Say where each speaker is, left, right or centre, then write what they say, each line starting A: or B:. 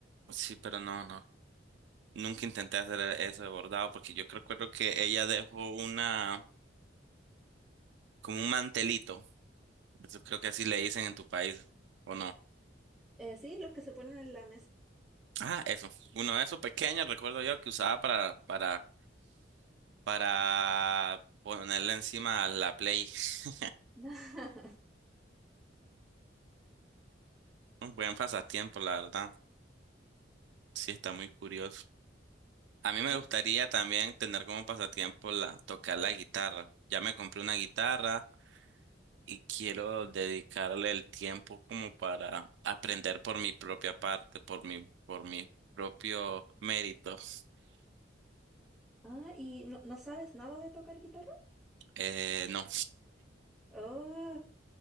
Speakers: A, on the right (about 70°); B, in the centre.
A: Sí, pero no, no. Nunca intenté hacer e-, eso de bordado porque yo creo, creo que ella dejó una, como un mantelito. Eso creo que así le dicen en tu país, ¿o no?
B: Eh, sí, los que se ponen en la mesa.
A: Ah, eso. Uno de esos pequeños, recuerdo yo, que usaba para, para, para ponerle encima a la Play. <laughs>
B: <laughs>
A: Un buen pasatiempo, la verdad. Sí, está muy curioso. A mí me
B: Sí.
A: gustaría también tener como pasatiempo la, tocar la guitarra. Ya me compré una guitarra. y quiero dedicarle el tiempo como para aprender por mi propia parte, por mi, por mi propio mérito. <laughs>
B: Ah, ¿y no, no sabes nada de tocar guitarra?
A: Eh, no,
B: Oh,